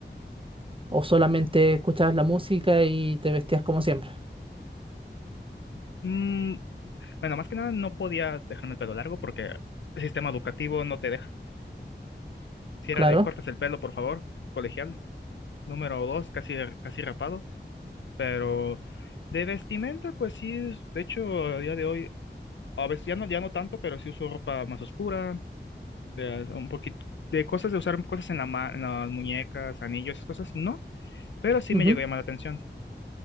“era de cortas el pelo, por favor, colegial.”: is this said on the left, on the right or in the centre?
Left